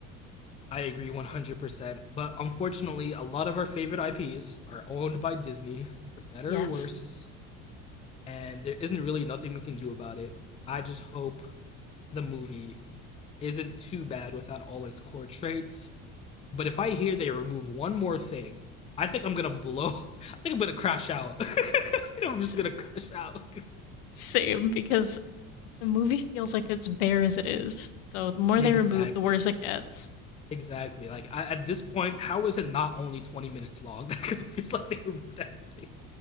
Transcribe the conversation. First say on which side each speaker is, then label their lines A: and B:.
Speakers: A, on the left; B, on the left.
A: <laughs> I agree 100%, but unfortunately, a lot of our favorite IPs are owned by Disney for better
B: Yes.
A: or worse, and there isn't really nothing we can do about it. I just hope the movie isn't too bad without all its core traits But if I hear they remove one more thing, I think I'm gonna blow. <laughs> I think I'm gonna crash out. <laughs> I think
B: <laughs>
A: I'm just gonna crash out.
B: same, because the movie feels like it's bare as it is. So, the more
A: <laughs> exactly.
B: they remove, the worse it gets.
A: Exactly. Like I, at this point, how is it not only 20 minutes long? Because <laughs> it feels like they removed everything.